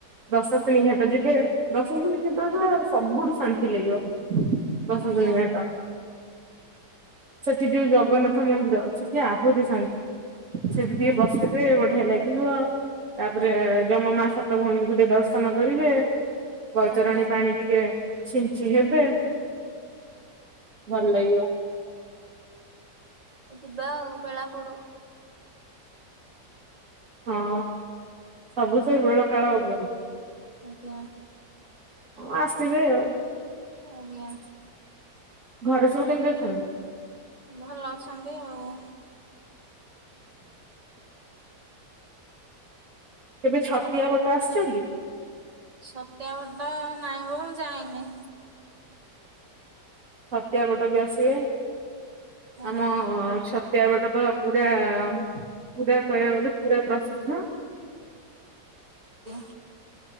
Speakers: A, on the right; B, on the right.
A: ଦଶଶିନୀ
B: ଓହୋ
A: ଘାଟ ଯିବେ ଦଶଶିନୀ
B: ଆଜ୍ଞା
A: ଘାଟରେ ତ ସବୁଠୁ ଶାନ୍ତି ଲାଗିବ। ବସସିନି
B: ଆଜ୍ଞା
A: ଘାଟ। ସେଠି ଯୋଉ ଜଗନ୍ନାଥ ମନ୍ଦିର ସେଠି ଆହୁରି ଶାନ୍ତି ସେଠି ଟିକେ
B: ଆଜ୍ଞା
A: ବସିଲେ ବଢିଆ ଲାଗେ। ଯିବ ତାପରେ ଯମ ମା ସାତ ଭଉଣୀଙ୍କୁ ଦର୍ଶନ କରିବେ। ବୈତରଣୀ
B: ଆଜ୍ଞା
A: ପାଣି ଟିକେ ଛିଞ୍ଚି ହେବେ ଭଲ ଲାଗିବ।
B: ଯିବା ବେଳା ପଡୁ।
A: ହଁ ସବୁ ସେଇ ବେଳ କାଳ ଉପରେ।
B: ଆଜ୍ଞା।
A: ହଁ ଆସିବେ ଆଉ।
B: ଆଜ୍ଞା।
A: ଘରେ ସବୁ କେମିତି ଅଛନ୍ତି?
B: ଭଲ ଅଛନ୍ତି ଆଉ।
A: କେବେ ଛତିଆ ଗୋଟା ଆସଚନ୍ତି?
B: ସତ୍ୟାବଟା ନାଇଁ ବା ମୁଁ ଯାଇନି।
A: ଛତିଆ ପଟା ବି ଆସିବେ
B: ଆଜ୍ଞା।
A: ଆମ ଛ ତିଆ ବାଟ ତ ପୁରା ପୁରା କହିବାକୁ ଗଲେ ପୁରା ପ୍ରସିଦ୍ଧ।
B: ଆ